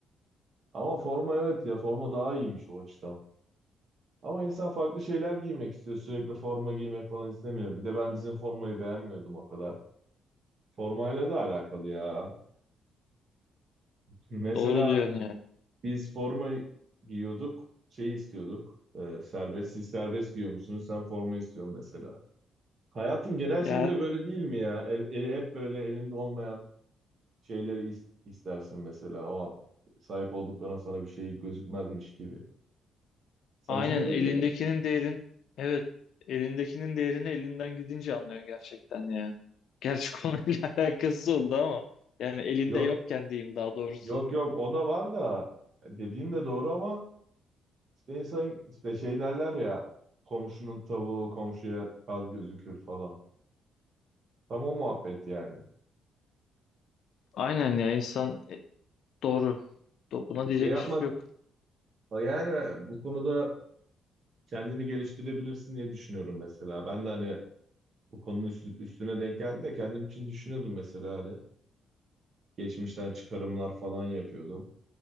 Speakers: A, on the right; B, on the left.
A: Ama forma evet ya forma daha iyiymiş o açıdan. Ama insan farklı şeyler giymek istiyor. Sürekli forma giymek falan istemiyor. Bir de ben bizim formayı beğenmiyordum o kadar. Formayla da alakalı ya. Mesela
B: Doğru diyorsun ya.
A: biz forma giyiyorduk, şey istiyorduk. e, serbest, siz serbest giyiyor musunuz? Sen forma istiyorsun mesela. Hayatın genel
B: Ya
A: şeyi de böyle değil mi ya? El- el- hep böyle elinde olmayan şeyleri is- istersin mesela. O an sahip olduklarına sana bir şey gözükmezmiş gibi. Sence
B: Aynen
A: de öyle
B: elindekinin
A: değil mi?
B: değerin evet elindekinin değerini elinden gidince anlıyorsun gerçekten ya. Gerçi konuyla <laughs> alakası oldu ama yani elinde
A: Yok,
B: yokken diyeyim daha doğrusu.
A: yok yok o da var da dediğin de doğru ama işte insan işte şey derler ya komşunun tavuğu komşuya kaz gözükür falan. Tam o muhabbet yani.
B: Aynen ya insan e, doğru. Do- Buna
A: Şey
B: diyecek
A: yapmak
B: iş yok.
A: Ha, Yani bu konuda kendini geliştirebilirsin diye düşünüyorum mesela. Ben de hani bu konunun üst- üstüne denk geldi de kendim için düşünüyordum mesela hani geçmişten çıkarımlar falan yapıyordum.